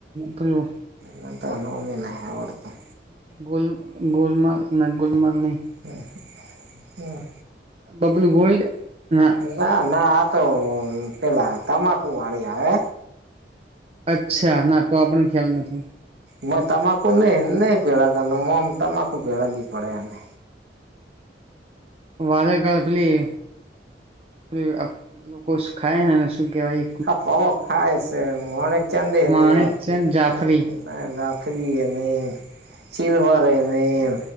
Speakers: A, on the right; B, on the right.
A: પેલું
B: મન તો નામી નહીં આવડતા.
A: ગુલ ગુલમાલ ના ગુલમાલ નહી.
B: હમ્મ હામ.
A: બબલ ગોલ્ડ ના.
B: ના ના આ તો પેલા તમાકુ વાળી આવે
A: અચ્છા ના તો આપણને ખ્યાલ નથી
B: મ તમાકુ નહી નહી પેડાદ નમ તમાકુ પેડા દી પડેને
A: વાદર કર પેલી પ લોકો સુ ખાયને શું કેહેવાય
B: હા પવો ખાય છે અ ચાંદી
A: માણેક
B: ન
A: છે ને જાફરી
B: પ નાફ્ર એનેમ ચીલવારે એ મેમ